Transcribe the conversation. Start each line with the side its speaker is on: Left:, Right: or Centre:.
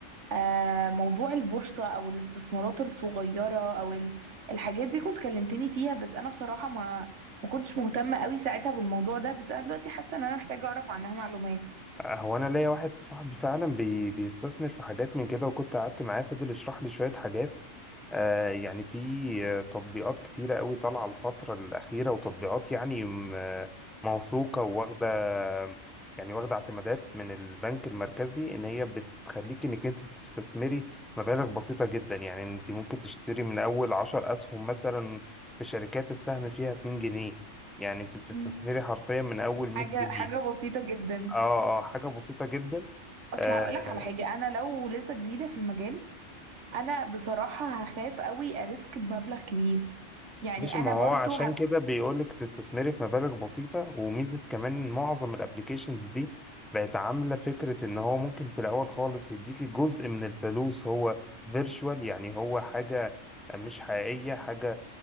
Right: آه، موضوع البورصة أو الاستثمارات الصغيرة أو ال- الحاجات دي كنت كلمتني فيها بس أنا بصراحة ما ما كنتش مهتمة قوي ساعتها بالموضوع ده بس أنا دلوقتي حاسة إن أنا محتاجة أعرف عنها معلومات
Centre: هو انا ليا واحد صاحبي فعلا بي بيستثمر في حاجات من كده وكنت قعدت معاه فضل يشرح لي شوية حاجات آه يعني في آه، تطبيقات كتيرة قوي طالعة الفترة الأخيرة وتطبيقات يعني م- موثوقة وواخدة يعني واخدة اعتمادات من البنك المركزي إن هي بتخليك إنك أنت تستثمري مبالغ بسيطة جدا يعني أنت ممكن تشتري من أول عشر أسهم مثلا في شركات السهم فيها 2 جنيه يعني أنت بتستثمري
Right: مم.
Centre: حرفيا من أول 100
Right: حاجة
Centre: جنيه
Right: حاجة بسيطة جدا
Centre: اه اه حاجة بسيطة جدا
Right: أصل
Centre: آه
Right: هقولك على حاجة أنا لو لسه جديدة في المجال أنا بصراحة هخاف قوي أريسك بمبلغ كبير يعني
Centre: مش
Right: أنا
Centre: ما هو
Right: برضو
Centre: عشان كده بيقولك تستثمري في مبالغ بسيطة وميزة كمان معظم الابليكيشنز دي بقت عاملة فكرة ان هو ممكن في الاول خالص يديكي جزء من الفلوس هو فيرتشوال يعني هو حاجة مش حقيقية حاجة